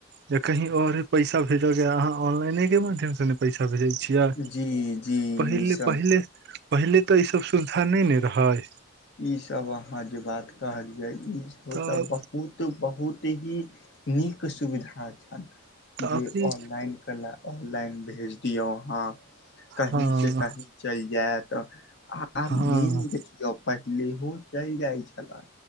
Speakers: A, on the right (about 50°); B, on the left (about 55°).
A: जे कही औरे पैसा भेजऽ के या अहाँ ऑनलाइने के माध्यम से ने पैसा भेजै छियै
B: जी जी
A: पहिले
B: ई सब
A: पहिले पहिले तऽ ई सब सुविधा धा नहि ने रहैय।
B: ईसभ अहाँ जे बात कहलिया ईसभ
A: तब
B: तऽ बहुत बहुत ही नीक सुविधा छनि
A: तऽ
B: जे
A: अभी
B: ऑनलाइन ऑनलाइन भेज दियौ अहाँ कहीसे
A: हँ
B: कही चलि जैत आ
A: हँ
B: मेन देखियौ पहिलेहो चलि जाइ छला